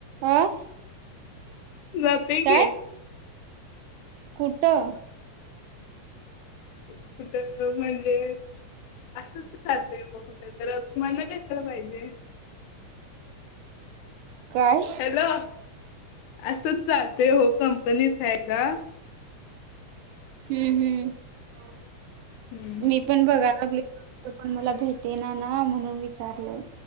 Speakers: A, on the right; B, on the left.
A: आं
B: जाते
A: काय?
B: की
A: कुटं?
B: कुठ म्हणजे असंच <unintelligible> <unintelligible> पाहिजे.
A: काय
B: हॅलो! असंच जातेय हो कंपनीत हाय का.
A: हम्म हम्म.
B: हम्म
A: मी पण बघाय लागलोय. पण मला भेटे ना ना म्हणून विचारले.